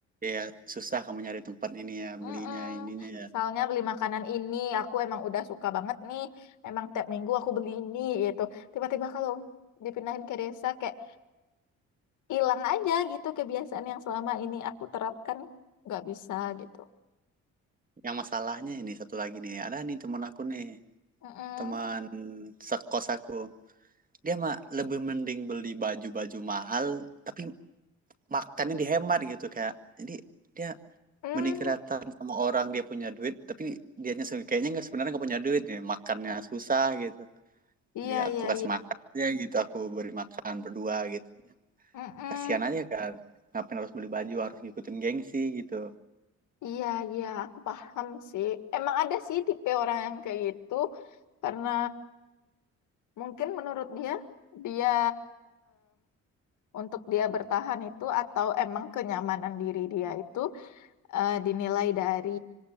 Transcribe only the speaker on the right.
ya susah kamu nyari tempat ini ya
belinya ininya ya
Yang masalahnya ini satu lagi nih, ada nih teman aku nih,
teman sekos aku. Dia mah lebih mending beli baju-baju mahal, tapi makannya dihemat gitu kayak. Jadi dia
mending kelihatan sama orang dia punya duit, tapi dianya se- kayaknya nggak sebenarnya nggak punya duit ya, makannya susah gitu.
Jadi aku
kasih
makannya gitu, aku beri makan berdua gitu.
Kasihan aja kan, ngapain harus beli baju, harus ngikutin gengsi gitu.